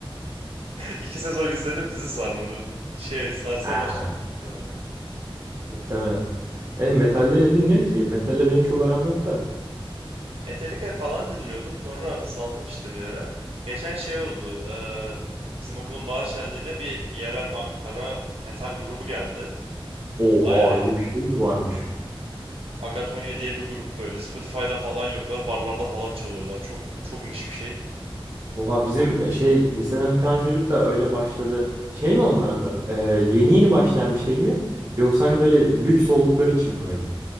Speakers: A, on the right; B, on the right.
A: İki sezon izledim dizi sarmadı. Şey sarsa
B: Ha.
A: başlardı muhtemelen.
B: Muhtemelen. E metalde ne dinliyorsun ki? Metalle benim çok aram yok da.
A: Metallica falan dinliyordum. Sonra saldım işte bir ara. Geçen şey oldu. eee, bizim okulun bahar şenliğine bir yerel Ankara metal grubu geldi.
B: Oha
A: Bayağı iyi.
B: öyle bir şey mi varmış?
A: Agatonya diye bir grup böyle. Spotify'da falan yoklar. Barlarda falan çalıyorlar. Çok çok niş bir şey.
B: Oha bizim e, şey liseden bir tane çocuk da öyle başladı. Şey mi onlar da? E, yeni yeni başlayan bir şey mi? Yoksa hani böyle lüks oldukları için mi öyle?